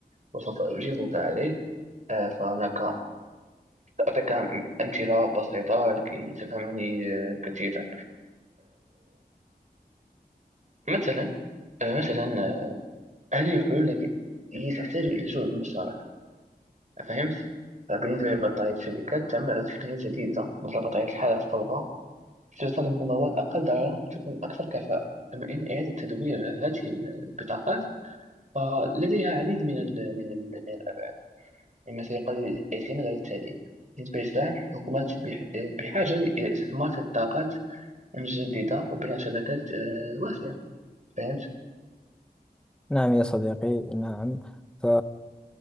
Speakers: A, on the right; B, in the centre.
A: وسوف أجيبك عليه آه، فهناك أعطيك أمثلة بسيطة لكي تفهمني آه، كثيرا مثلا آه، مثلا آه، هذه الحلول التي هي تحتاج إلى جهد مشترك فهمت؟ فبالنسبة لبطارية الشركات تعمل على تقنية جديدة مثل بطارية الحالة الصلبة تستخدم مواد أقل ضررا وتكون أكثر كفاءة كما إن إعادة تدوير هذه البطاقات فلديها العديد من ال من ال من الأبعاد مما سيقلل الاعتماد على التعليم بالنسبة للسهم الحكومات بح- بحاجة إلى استثمار في الطاقات جديدة وبناء شبكات آه، واسعة فهمت؟
B: نعم يا صديقي نعم ف